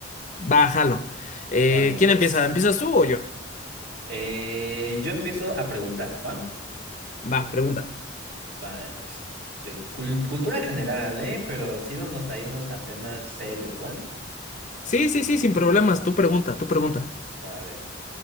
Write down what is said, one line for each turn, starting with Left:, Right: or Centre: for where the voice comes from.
Left: Bájalo. Eh,
Right: Órale,
Left: ¿quién
Right: pues.
Left: empieza? ¿Empiezas tú o yo?
Right: Eh, yo empiezo a preguntar, ¿va?
Left: Va, pregunta.
Right: Va, este, cul- cultura general, ¿eh? Pero sí vamos a irnos a temas serios, ¿va?
Left: Sí, sí, sí, sin problemas. Tú pregunta, tú pregunta.
Right: Va a ver.